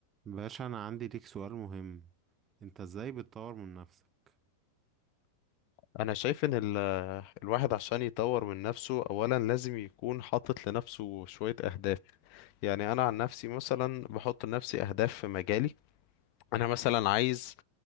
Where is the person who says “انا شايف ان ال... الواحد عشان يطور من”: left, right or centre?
Left